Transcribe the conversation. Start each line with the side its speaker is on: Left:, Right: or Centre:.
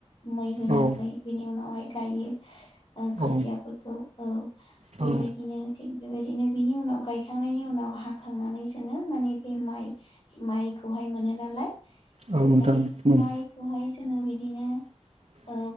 Left: मै होनानै
Right: औ
Left: बिनि उनावहाय गायो ओ खोथियाफोरखौ
Right: औ
Left: औ
Right: औ
Left: बेबायदिनो थिग बेबायदिनो बिनि उनाव गायखांनायनि उनाव हाखांनानै जोङो माने बे माइ माइखौहाय मोनो नालाय
Right: औ
Left: ओमफ्राय
Right: नोंथां मोन
Left: माइखौहाय जोङो बिदिनो
Right: <inaudible>
Left: ओ